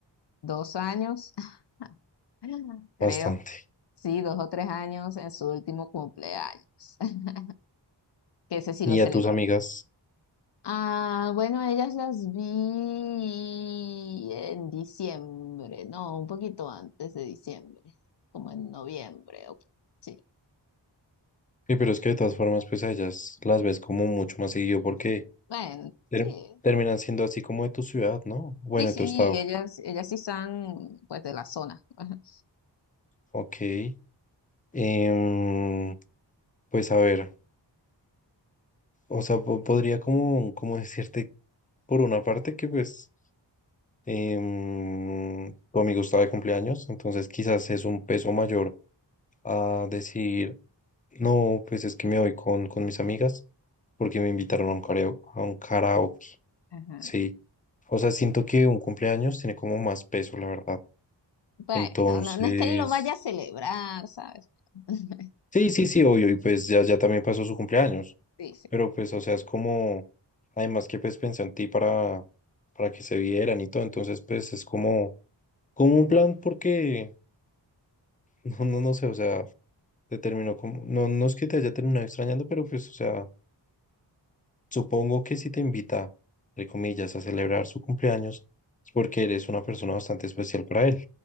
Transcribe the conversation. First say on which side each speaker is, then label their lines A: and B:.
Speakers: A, on the left; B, on the left.
A: dos años, <laughs> creo,
B: Bastante.
A: sí, dos o tres años en su último cumpleaños, <laughs> que ese sí
B: ¿Y
A: lo celebró.
B: a tus amigas?
A: Ah, bueno, ellas las vi en diciembre, no, un poquito antes de diciembre, como en noviembre, o- sí,
B: Sí, pero es que de todas formas, pues a ellas las ves como mucho más seguido porque
A: bueno,
B: ter-
A: sí,
B: terminan siendo así como de tu ciudad, ¿no? Bueno,
A: sí, sí,
B: de tu estado.
A: ellas, ellas sí están pues de la zona. <laughs>
B: Ok. Em, pues a ver, o sea, po- podría como, como decirte por una parte que pues em, tu amigo está de cumpleaños, entonces quizás es un peso mayor a decir, no, pues es que me voy con, con mis amigas porque me invitaron a un karaoke, a un karaoke.
A: Ajá.
B: Sí, o sea, siento que un cumpleaños tiene como más peso, la verdad.
A: Bueno,
B: Entonces,
A: no, no es que lo vaya a celebrar, ¿sabes? <laughs>
B: sí, sí, sí, obvio, y pues ya, ya también pasó su cumpleaños,
A: Sí, sí.
B: pero pues, o sea, es como, además que pues pensé en ti para, para que se vieran y todo, entonces pues es como, como un plan porque, <laughs> no, no, no sé, o sea, te terminó como, no, no es que te haya terminado extrañando, pero pues, o sea, Supongo que si te invita, entre comillas, a celebrar su cumpleaños, es porque eres una persona bastante especial para él.